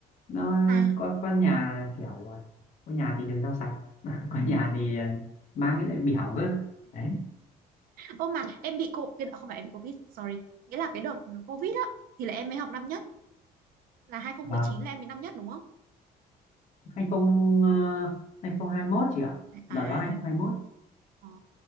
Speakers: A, on the left (about 45°); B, on the right (about 65°).
A: nó
B: mà
A: có có nhà kiểu à, có nhà thì được rau sạch <laughs>
B: ừ
A: có nhà thì à, mang cái lại bị hỏng cơ đấy
B: ô mà em bị cô cái- không phải em bị Covid sorry nghĩa là cái đợt Covid á thì là em mới học năm nhất là 2019
A: và
B: là em mới năm nhất đúng không?
A: hai không à, hai không hai mốt chị ạ
B: Hay- À
A: đợt đó hai
B: 21.
A: không hai mốt
B: Ồ,